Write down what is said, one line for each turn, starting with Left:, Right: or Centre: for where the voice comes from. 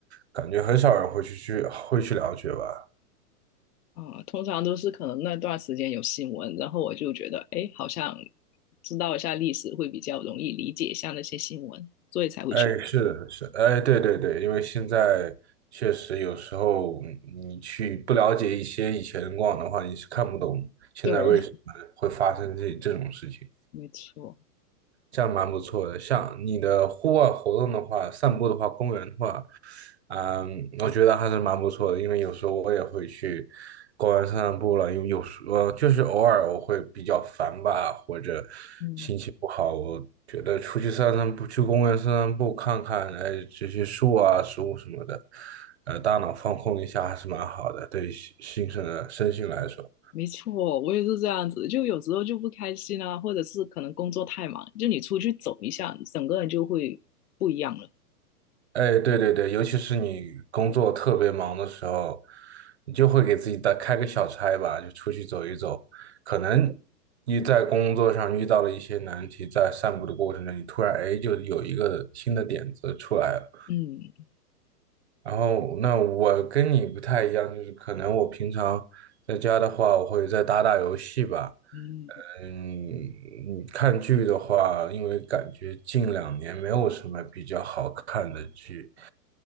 Right: 感觉很少人会去去会去了解吧。
Left: 啊、嗯通常都是可能那段时间有新闻，然后我就觉得，哎，好像知道一下历史会比较容易理解一下那些新闻，所以才会去。
Right: 哎，是的，是，哎，对对对，因为现在确实有时候嗯你去不了解一些以前的过往的话，你是看不懂现在为什么会发生这这种事情。
Left: 对，没错，
Right: 这样蛮不错的。像你的户外活动的话，散步的话，公园的话，嗯，我觉得还是蛮不错的。因为有时候我也会去公园散散步了，因为有时呃，就是偶尔我会比较烦吧，或者
Left: 嗯。
Right: 心情不好，我觉得出去散散步，去公园散散步，看看哎这些树啊、植物什么的，呃，大脑放空一下还是蛮好的，对于心身的身心来说。
Left: 没错，我也是这样子，就有时候就不开心啊，或者是可能工作太忙，就你出去走一下，整个人就会不一样了。
Right: 哎，对对对，尤其是你工作特别忙的时候，你就会给自己打开个小差吧，就出去走一走。可能你在工作上遇到了一些难题，在散步的过程中，你突然哎就有一个新的点子出来了。
Left: 嗯
Right: 然后，那我跟你不太一样，就是可能我平常在家的话，我会再打打游戏吧。
Left: 嗯
Right: 嗯，你看剧的话，因为感觉近两年没有什么比较好看的剧。